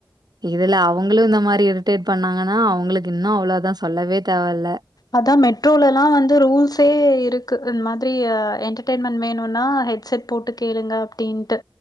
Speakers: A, on the right; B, on the left.
A: இதுல அவுங்ளு இந்த மாரி இரிட்டேட் பண்ணாங்கன்னா அவுங்ளுக்கு இன்னு அவ்ளதா சொல்லவே தேவல்ல
B: அதா மெட்ரோலலா வந்து ரூல்ஸே இருக்கு இன் மாதிரி என்டர்டய்மெண்ட் வேணுனா ஹெட்செட் போட்டு கேளுங்க அப்டின்ட்டு